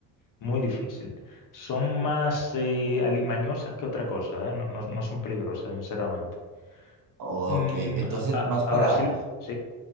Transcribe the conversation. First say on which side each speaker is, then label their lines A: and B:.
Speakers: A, on the left; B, on the right.
A: Muy difícil. Son más eh, alimañosas que otra cosa, ¿eh? No, no- no son peligrosas, sinceramente.
B: Ok,
A: Mm,
B: entonces
A: a- a-
B: más para
A: ahora sí, lo- sí.